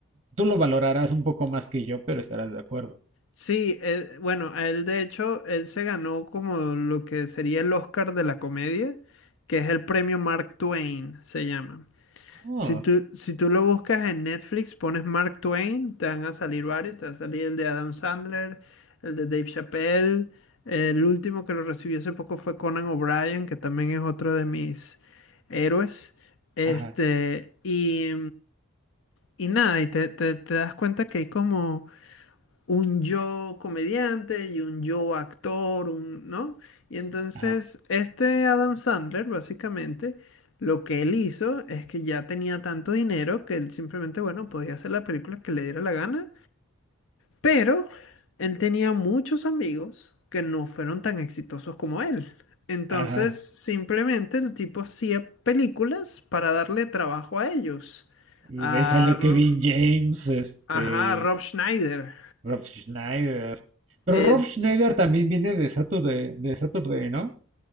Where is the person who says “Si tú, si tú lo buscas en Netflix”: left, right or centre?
Left